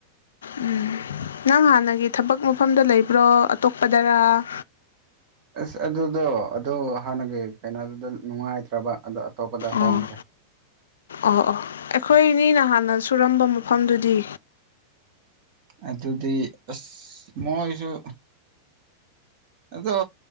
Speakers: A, on the left; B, on the right.
A: ꯎꯝ ꯅꯪ ꯍꯥꯟꯅꯒꯤ ꯊꯕꯛ ꯃꯐꯝꯗ ꯂꯩꯕ꯭ꯔꯣ ꯑꯇꯣꯞꯄꯗꯔꯥ꯫
B: ꯑꯁ ꯑꯗꯨꯗꯣ ꯑꯗꯨ ꯍꯥꯟꯅꯒꯤ ꯀꯩꯅꯣꯗꯨꯗ ꯅꯨꯡꯉꯥꯏꯇ꯭ꯔꯕ ꯑꯗꯣ ꯑꯇꯣꯞꯄꯗ ꯍꯣꯡꯈ꯭ꯔꯦ
A: ꯑꯣ ꯑꯣ ꯑꯣ ꯑꯩꯈꯣꯏꯅꯤ ꯅ ꯍꯥꯟꯅ ꯁꯨꯔꯝꯕ ꯃꯐꯝꯗꯨꯗꯤ꯫
B: ꯑꯗꯨꯗꯤ ꯑꯁ ꯃꯣꯏꯁꯨ ꯑꯗꯣ